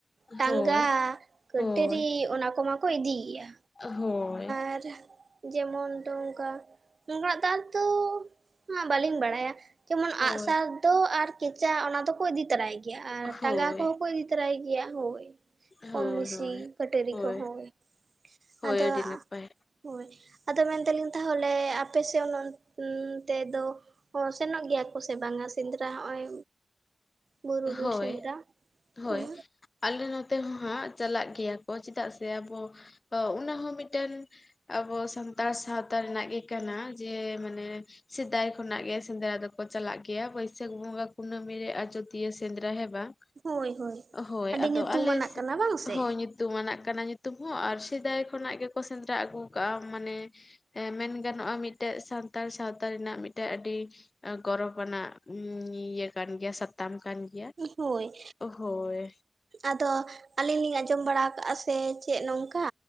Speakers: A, on the right; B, on the left.
A: ᱴᱟᱸᱜᱟ
B: ᱦᱳᱭ
A: ᱠᱟᱹᱴᱟᱹᱨᱤ
B: ᱦᱳᱭ
A: ᱚᱱᱟ ᱠᱚᱢᱟᱠᱚ ᱤᱫᱤᱭᱮᱭᱟ᱾
B: ᱦᱳᱭ᱾
A: ᱟᱨ ᱡᱮᱢᱚᱱᱚ ᱫᱝᱠᱟ ᱱᱠᱟᱱᱟᱜ ᱫᱟᱜ ᱫᱚᱚ ᱵᱟᱹᱞᱤᱧ ᱵᱟᱲᱟᱭᱟ᱾ ᱡᱮᱢᱚᱱ
B: ᱦᱳᱭ
A: ᱟᱜᱥᱟᱨ ᱫᱚ ᱟᱨ ᱠᱮᱪᱟ ᱚᱱᱟ ᱫᱚᱠᱚ ᱤᱫᱤ ᱛᱚᱨᱟᱭ ᱜᱮᱭᱟ, ᱟᱨ
B: ᱦᱳᱭ
A: ᱴᱟᱸᱜᱟ ᱠᱚᱦᱚᱸ ᱠᱚ ᱤᱫᱤ ᱛᱟᱭᱟ ᱛᱟᱨᱟᱭ ᱜᱮᱭᱟ ᱦᱳᱭ᱾
B: ᱦᱳᱭ
A: ᱠᱚᱢ
B: ᱦᱳᱭ
A: ᱵᱤᱥᱤ ᱠᱟᱹᱴᱟᱹᱨᱤ
B: ᱦᱳᱭ
A: ᱠᱚᱦᱚᱸ
B: ᱦᱳᱭ
A: ᱟᱫᱚ
B: ᱟᱹᱰᱤ ᱱᱟᱯᱟᱭ
A: ᱦᱳᱭ ᱟᱫᱚ ᱢᱮᱱᱫᱟᱞᱤᱧ ᱛᱟᱦᱚᱞᱮ ᱟᱯᱮ ᱚᱱᱮ ᱚᱱᱛᱮ ᱛᱮᱫᱚ ᱚ ᱥᱮᱱᱚᱜ ᱜᱮᱭᱟ ᱠᱚ ᱥᱮ ᱵᱟᱝᱟ ᱥᱮᱸᱫᱽᱨᱟ ᱦᱚᱸᱜᱼᱚᱭ ᱵᱩᱨᱩ ᱵᱤᱨ
B: ᱦᱳᱭ
A: ᱥᱮᱸᱫᱽᱨᱟ
B: ᱦᱳᱭ᱾
A: ᱦᱮᱸ
B: ᱟᱞᱮ ᱱᱚᱛᱮ ᱦᱚᱸ ᱦᱟᱸᱜ ᱪᱟᱞᱟᱜ ᱜᱮᱭᱟ ᱠᱚ᱾ ᱪᱮᱫᱟᱜ ᱥᱮ ᱟᱵᱚ ᱩᱱᱟ ᱦᱚᱸ ᱢᱤᱴᱮᱱ ᱟᱵᱚ ᱥᱟᱱᱛᱟᱲ ᱥᱟᱶᱛᱟ ᱨᱮᱱᱟᱜ ᱜᱮ ᱠᱟᱱᱟ ᱡᱮ ᱢᱟᱱᱮ ᱥᱮᱫᱟᱭ ᱠᱷᱚᱱᱟᱜ ᱜᱮ ᱥᱮᱸᱫᱽᱨᱟ ᱫᱚᱠᱚ ᱪᱟᱞᱟᱜ ᱜᱮᱭᱟ᱾ ᱵᱟᱹᱭᱥᱟᱹᱠ ᱵᱚᱸᱜᱟ ᱠᱩᱱᱟᱹᱢᱤ ᱨᱮ ᱟᱡᱫ ᱥᱮᱸᱫᱽᱨᱟ ᱦᱮ ᱵᱟᱝ
A: ᱦᱳᱭ ᱦᱳᱭ
B: ᱦᱳᱭ
A: ᱟᱹᱰᱤ ᱧᱩᱛᱩᱢᱟᱱᱟᱜ
B: ᱟᱞᱮ ᱥᱮᱜ
A: ᱠᱟᱱᱟ ᱵᱟᱝ ᱥᱮ
B: ᱦᱳ ᱧᱩᱛᱩᱢ ᱟᱱᱟᱜ ᱠᱟᱱᱟ ᱧᱩᱛᱩᱢ ᱦᱚ, ᱸ ᱟᱨ ᱥᱤᱫᱟᱭ ᱠᱷᱚᱱᱟᱜ ᱜᱮᱠᱚ ᱥᱮᱸᱫᱽᱨᱟ ᱟᱹᱜᱩ ᱠᱟᱜᱼᱟ ᱢᱟᱱᱮ ᱢᱮᱱ ᱜᱟᱱᱚᱜᱼᱟ᱾ ᱢᱤᱫᱴᱮᱱ ᱥᱟᱱᱛᱟᱲ ᱥᱟᱶᱛᱟ ᱨᱮᱱᱟᱜ ᱢᱤᱫᱴᱮᱱ ᱟᱹᱰᱤ ᱜᱚᱨᱚᱵ ᱟᱱᱟᱜ ᱤᱭᱟᱹ ᱠᱟᱱ ᱜᱮᱭᱟ ᱥᱟᱛᱟᱢ ᱠᱟᱱ ᱜᱮᱭᱟ
A: ᱦᱳᱭ
B: ᱦᱳᱭ
A: ᱟᱫᱚ ᱟᱹᱞᱤᱧ ᱞᱤᱧ ᱟᱸᱡᱚᱢ ᱵᱟᱲᱟ ᱠᱟᱜᱼᱟ᱾ ᱥᱮ ᱪᱮᱫ ᱱᱚᱝᱠᱟ